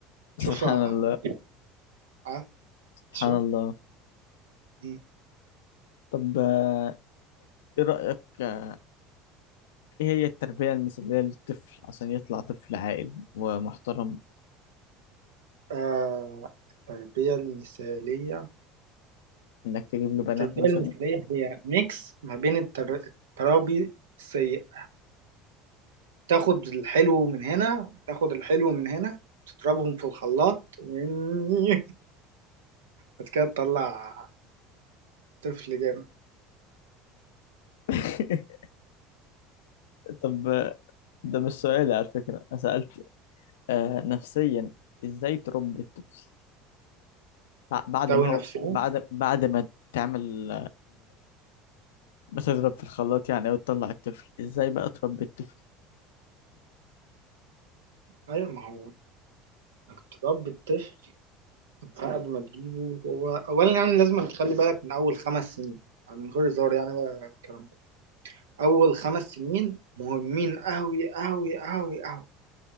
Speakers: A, on the left; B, on the right.
A: <laughs>
B: شوف
A: سبحان
B: آه،
A: الله
B: آه،
A: سبحان
B: شوف
A: الله
B: مم.
A: طب آه، ايه رأيك آه، ايه هي التربية المثالية للطفل عشان يطلع طفل عاقل ومحترم
B: آه التربية المثالية
A: انك تجيب له بنات
B: التربية
A: مثلا
B: المثالية هي ميكس ما بين التر... الترابي السيء تاخد الحلو من هنا تاخد الحلو من هنا تضربهم في الخلاط <laughs> بعد كده تطلع طفل جامد
A: <laughs> طب آه، ده مش سؤالي على فكرة انا سألت آه، نفسيا ازاي تربي الطفل بع- بعد
B: تساوي
A: ما هو
B: نفسهم
A: بعد بعد ما تعمل بتضرب في الخلاط يعني وتطلع الطفل ازاي بقى تربي الطفل
B: ايوه ما هو انك تربي الطفل بعد ما تجيبه هو اولا يعني لازم تخلي بالك من اول خمس سنين يعني من غير هزار يعني ولا الكلام ده اول خمس سنين مهمين قوي قوي قوي قوي